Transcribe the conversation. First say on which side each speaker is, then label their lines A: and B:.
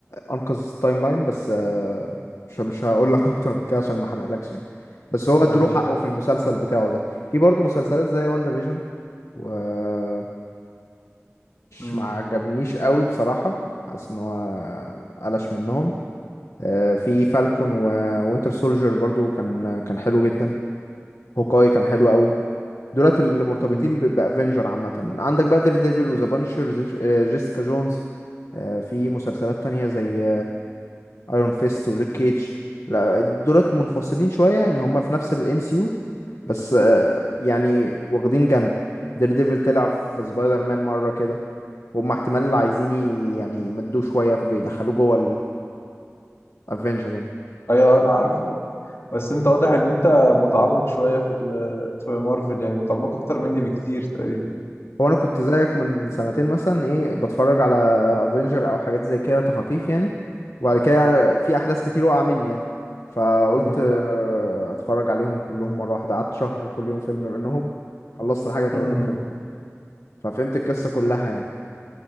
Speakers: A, on the left (about 75°); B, on the left (about 60°).
A: انقذ التايم لاين بس آه، مش مش هقول لك اكتر من كده عشان ما احرقلكش يعني بس هو ادوله
B: ايوه
A: حقه في المسلسل بتاعه ده في برضه مسلسلات زي واندا فيجن ومش
B: مم.
A: ما عجبنيش قوي بصراحة حاسس ان هو قلش منهم آه، في فالكون ووينتر سولجر برضو كان كان حلو جدا هوكاي كان حلو قوي دولت اللي مرتبطين
B: مم.
A: ب- بافنجر عامة عندك بقى دير ديفل وذا بانشر جيسيكا جونز آه، في مسلسلات تانية زي ايرون فيست وليك كيج لا دولت منفصلين شويه يعني هما في نفس الام سي يو بس آه، يعني واخدين جنب دير ديفل طلع في سبايدر مان مره كده وهم احتمال
B: مم.
A: عايزين ي- يعني يمدوه شويه في جو- يدخلوه جوه الافنجر يعني
B: ايوه انا عارفه بس انت واضح ان انت متعمق شويه في ال- في مارفل يعني متعمق اكتر مني بكتير تقريبا
A: هو انا كنت زيك من سنتين مثلا ايه بتفرج على افنجر او حاجات زي كده تخاطيف يعني وبعد كده في احداث كتير وقع مني يعني فقلت
B: مم.
A: آه، اتفرج عليهم كلهم مره واحده قعدت شهر كل يوم فيلم منهم خلصت الحاجه و30
B: مم.
A: فيلم ففهمت القصة كلها يعني